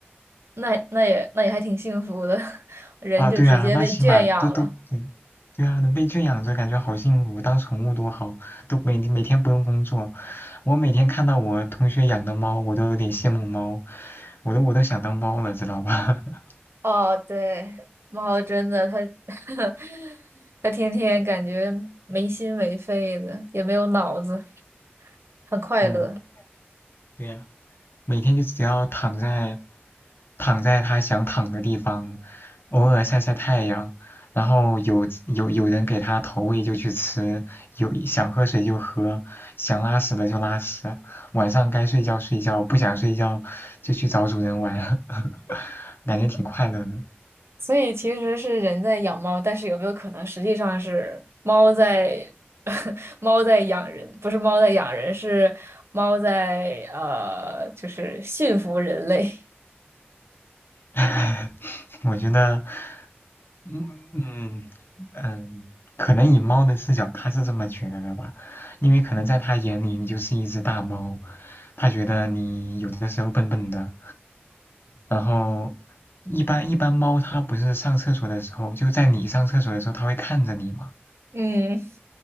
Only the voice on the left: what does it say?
啊，对啊，那起码都都对，对啊，能被圈养着，感觉好幸福，当宠物多好，都每每天不用工作。我每天看到我同学养的猫，我都有点羡慕猫，我都我都想当猫了，知道吧？<laughs>
嗯，对呀、每天就只要躺在躺在它想躺的地方，偶尔晒晒太阳，然后有有有人给它投喂就去吃，有想喝水就喝，想拉屎了就拉屎，晚上该睡觉睡觉，不想睡觉就去找主人玩，<laughs> 感觉挺快乐的。
<laughs> 我觉得嗯嗯嗯，可能以猫的视角，它是这么觉得的吧，因为可能在它眼里你就是一只大猫，它觉得你有的时候笨笨的，然后一般一般猫它不是上厕所的时候，就在你上厕所的时候，它会看着你嘛。